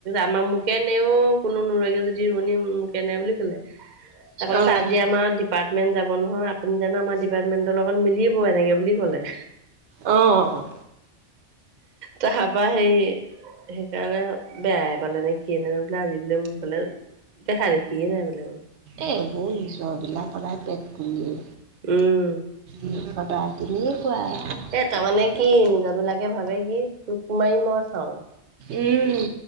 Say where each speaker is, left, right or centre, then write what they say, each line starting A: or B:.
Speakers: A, on the right; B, on the right.
A: আমাৰ মোকে নেও কোনো নুৰুগে যদি ৰোৱনী মোকে নে বুলি ক'লে। তাৰপা কৈছে
B: অ',
A: আজি আমাৰ ডিপাৰ্টমেন্ট যাব নহয় আপুনি জানো আমাৰ ডিপাৰ্টমেন্টৰ লগত মিলিব এনেকে বুলি ক'লে।
B: অ'।
A: তাৰপা হেৰি সেইকাৰণে বেয়াই পালে নে কি ন বোলে আজি বোলে মোৰফালে দেখা দেখিয়ে নাই বোলে।
B: এই বৌ নিজৰ বিলাক সদায় পেট কুলিয়ে।
A: উম,
B: <unintelligible> তেনেকুৱাই। আৰু
A: এ তাৰমানে
B: কৰিবা।
A: কি নিজৰবিলাকে ভাবে কি তোক মাৰি মই খাওঁ।
B: উম,